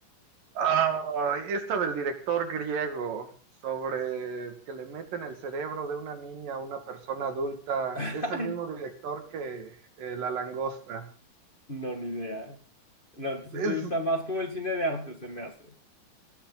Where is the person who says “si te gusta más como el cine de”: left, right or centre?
Left